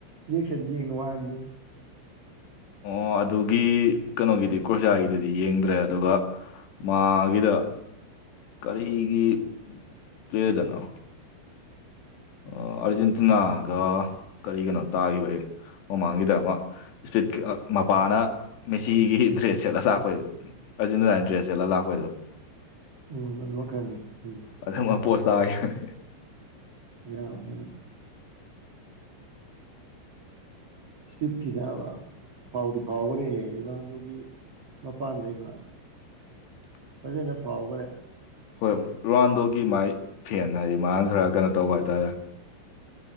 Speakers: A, on the right (about 40°); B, on the left (about 60°).
A: ꯔꯤꯌꯦꯛꯁꯟ ꯌꯦꯡꯅ ꯋꯥꯔꯝꯅꯤ
B: ꯑꯣ ꯑꯗꯨꯒꯤ ꯀꯩꯅꯣꯒꯤꯗꯤ ꯀꯣꯔ꯭ꯔꯖꯤꯌꯥꯒꯤꯗꯨꯗꯤ ꯌꯦꯡꯗ꯭ꯔꯦ ꯑꯗꯨꯒ ꯃꯥꯒꯤꯗ ꯀꯔꯤꯒꯤ ꯄ꯭ꯂꯦꯗꯅꯣ ꯑꯥꯔꯖꯦꯟꯇꯤꯅꯥꯒ ꯀꯔꯤꯒꯤꯅꯣ ꯇꯥꯈꯤꯕꯒꯤ ꯃꯃꯥꯡꯒꯤꯗ ꯑꯃ ꯏꯁꯄꯤꯠ ꯃꯄꯥꯅ ꯃꯦꯁꯤꯒꯤ ꯗ꯭ꯔꯦꯁ ꯁꯦꯠꯂ ꯂꯥꯛꯄꯩ ꯑꯔꯖꯦꯟꯇꯤꯅꯥꯏ ꯗ꯭ꯔꯦꯁ ꯁꯦꯠꯂ ꯂꯥꯛꯄꯩꯗꯣ
A: ꯎꯝ ꯑꯗꯨꯃ ꯈꯪꯉꯦ ꯎꯝ
B: ꯃꯊꯪ ꯑꯃ ꯄꯣꯁ ꯇꯥꯒꯤꯕꯅꯦ
A: ꯌꯥꯕꯅꯤꯅ ꯏꯁꯄꯤꯠ ꯇꯤ ꯅꯥꯕ ꯐꯥꯎꯗꯤ ꯐꯥꯎꯈꯔꯦꯍꯦ ꯔꫭꯅꯥꯟꯗꯣꯒꯤ ꯃꯄꯥꯟꯗꯩꯃ
B: ꯎ <inaudible>
A: ꯐꯖꯅ ꯐꯥꯎꯈ꯭ꯔꯦ
B: ꯍꯣꯏ ꯔꯣꯅꯥꯜꯗꯣꯒꯤ ꯃꯥꯏ ꯐꯦꯟ ꯍꯥꯏꯗꯤ ꯃꯥꯥꯅ ꯈꯔ ꯀꯩꯅꯣ ꯇꯧꯕ ꯍꯥꯏꯇꯥꯔꯦ